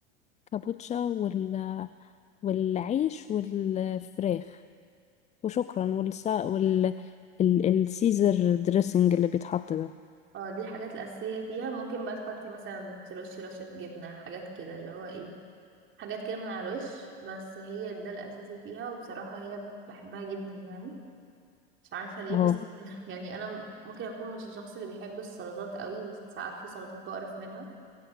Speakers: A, on the left; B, on the right.
A: الكابوتشا وال والعيش والفراخ وشكرا والسا وال ال... السيزر دريسنج اللي بيتحط ده
B: آه، دي الحاجات الاساسيه فيها ممكن بقى تحطي مثلا ترشي رشه جبنه حاجات كده اللي هو ايه حاجات كده من على الوش بس هي ده الاساسي فيها وبصراحه هي بحبها جدا يعني مش عارفه ليه
A: اه
B: بس <laughs> يعني انا ممكن اكون مش الشخص اللي بيحب السلطات قوي ساعات في سلطات بقرف منها